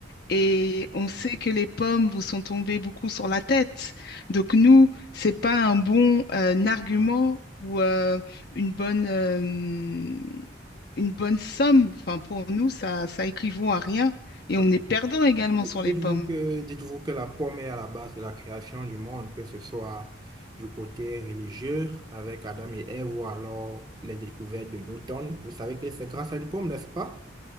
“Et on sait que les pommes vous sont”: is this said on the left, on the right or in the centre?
Left